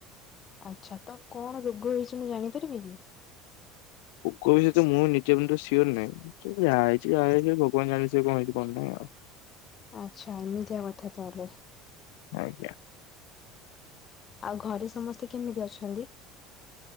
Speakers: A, on the left; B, on the left.
A: ଆଚ୍ଛା, ତ କଣ ରୋଗ ହେଇଛି, ମୁଁ ଜାଣିପାରିବି କି?
B: କହୁଚନ୍ତି ତ, ମୁଁ ନିଯେ କିନ୍ତୁ ସିଓର ନୁହେଁ ଯାହାହେଇଚି ଯାହାହେଇଚି, ଭଗବାନ ଜାଣି ଥିବେ କଣ ହେଇଛି କଣ ନାଇଁ ଆଉ।
A: ଆଚ୍ଛା, ଏମିତିଆ କଥା ତାହାଲେ।
B: ଆଜ୍ଞା।
A: ଆଉ ଘରେ ସମସ୍ତେ କେମିତି ଅଛନ୍ତି?